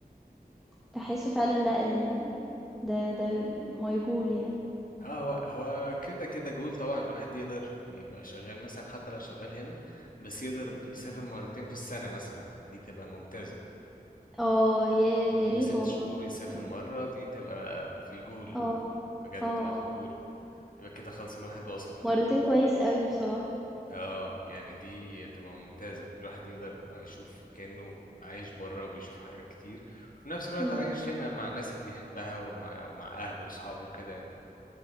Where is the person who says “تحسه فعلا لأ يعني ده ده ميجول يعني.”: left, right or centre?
Centre